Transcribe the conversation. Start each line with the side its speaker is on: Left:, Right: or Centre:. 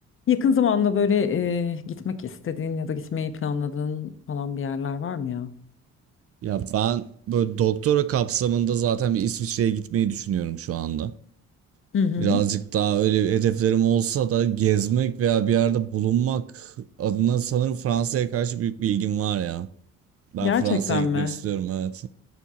Left: Yakın zamanda böyle e, gitmek istediğin ya da gitmeyi planladığın falan bir yerler var mı ya?
Right: Ya ben böyle doktora kapsamında zaten bir İsviçre'ye gitmeyi düşünüyorum şu anda.
Left: Hı hı.
Right: Birazcık daha öyle hedeflerim olsa da gezmek veya bir yerde bulunmak adına sanırım Fransa'ya karşı büyük bir ilgim var ya. Ben
Left: Gerçekten
Right: Fransa'ya gitmek
Left: mi?
Right: istiyorum evet.